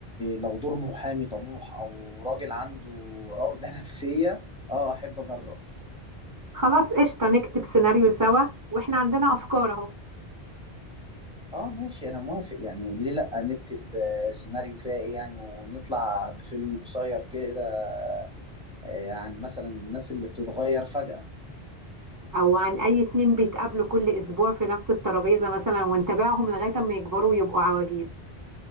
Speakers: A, in the centre; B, on the right.
A: لو دور محامي طموح او راجل عنده عقدة <laughs> نفسية اه احب اجرب
B: خلاص قشطة نكتب سيناريو سوا واحنا عندنا افكار اهو
A: اه ماشي انا موافق يعني ليه لا نكتب آه، سيناريو فيها ايه يعني ونطلع بفيلم قصير كده آه، عن مثلا الناس اللي بتتغير فجأة
B: او عن اي اتنين بيتقابلوا كل اسبوع في نفس الترابيزة مثلا ونتابعهم لغاية اما يكبروا ويبقوا عواجيز